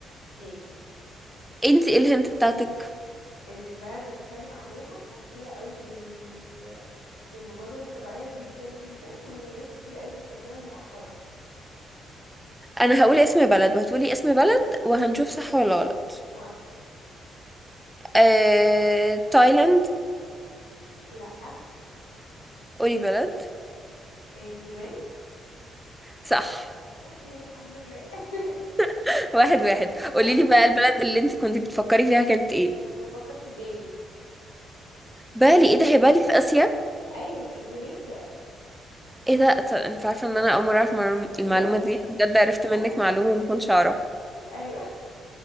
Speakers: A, on the left (about 75°); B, in the centre.
A: ماشي
B: انتي ايه الهنت بتاعتك
A: ان البلد بتكلم عليها مشهوره قوي بال بالمناظر الطبيعيه جدا جدا وناس كتير قوي بتسافرها مؤخرا
B: انا هقول اسم بلد وهتقولي اسم بلد وهنشوف صح ولا غلط
A: موافقه
B: آه... تايلاند
A: لا
B: قولي بلد
A: إيه اليابان
B: صح
A: اوكي الحمد لله <laughs>
B: <laughs> واحد واحد قولي
A: أهي،
B: لي بقى البلد اللي انت كنت بتفكري فيها كانت ايه
A: كنت بفكر في بالي
B: بالي
A: اندونيسيا
B: ايه ده هي بالي في اسيا
A: ايوه في اندونيسيا
B: ايه ده تص- انت عارفه ان انا اول مره اعرف معلوم- المعلومه
A: بجد
B: دي بجد
A: شفت
B: عرفت
A: بقى
B: منك
A: شفت
B: معلومه ما كنتش اعرف
A: ايوه